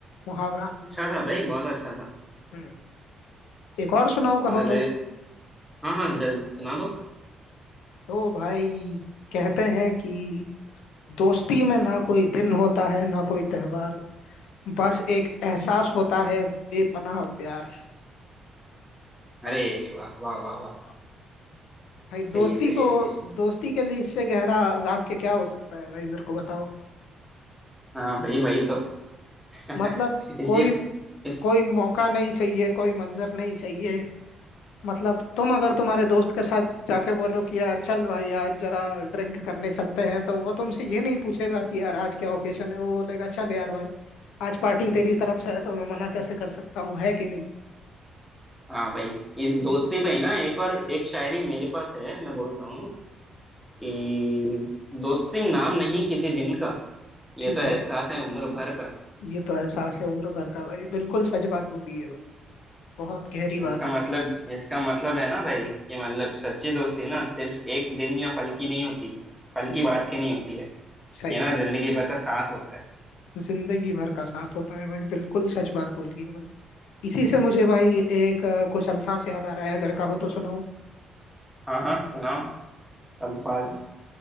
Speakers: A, on the left; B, in the centre.
A: मुहावरा
B: अच्छा था भाई बहुत अच्छा था
A: हम्म एक और सुनाऊं कहो
B: और
A: तो
B: हाँ हाँ जल्द सुना दो
A: तो भाई कहते हैं कि दोस्ती में ना कोई दिन होता है ना कोई त्योहार बस एक एहसास होता है बेपनाह प्यार वाह,
B: अरे
A: वाह,
B: वाह वाह वाह वाह
A: वाह। भाई दोस्ती
B: सही है सही
A: को
B: है सही है
A: दोस्ती के लिए इससे गहरा वाक्य क्या हो सकता है भाई मेरे को बताओ
B: हाँ भाई वही तो <laughs>
A: मतलब
B: इस
A: कोई
B: इस इस
A: कोई मौका नहीं चाहिए कोई मंजर नहीं चाहिए मतलब तुम अगर तुम्हारे दोस्त के साथ जाके बोलो कि यार चल भाई आज जरा ड्रिंक करने चलते हैं तो वो तुमसे ये नहीं पूछेगा कि यार आज क्या ओकेशन है वो बोलेगा चल यार भाई आज पार्टी तेरी तरफ से है तो मैं मना कैसे कर सकता हूँ है कि नहीं
B: हाँ भाई इस दोस्ती पे ही ना एक और एक शायरी मेरे पास है मैं बोलता हूँ कि दोस्ती नाम नहीं किसी दिन का ये
A: ठीक
B: तो एहसास
A: है
B: है उम्र भर का
A: ये तो एहसास है उम्र भर का भाई बिल्कुल सच बात बोली है भाई बहुत गहरी
B: तो
A: बात
B: इसका
A: है
B: मतलब
A: भाई
B: इसका मतलब है ना भाई कि मतलब सच्ची दोस्ती ना सिर्फ एक दिन या पल की नहीं होती पल
A: हम्म
B: की
A: हम्म,
B: बात की नहीं होती है
A: सही
B: ये ना
A: बात
B: जिंदगी भर का साथ होता है
A: है। जिंदगी भर का साथ होता है भाई बिल्कुल सच बात बोली है भाई इसी से मुझे भाई एक अ, कुछ अल्फाज याद आ रहा है अगर कहो तो सुनाऊं
B: हाँ हाँ सुनाओ अल्फाज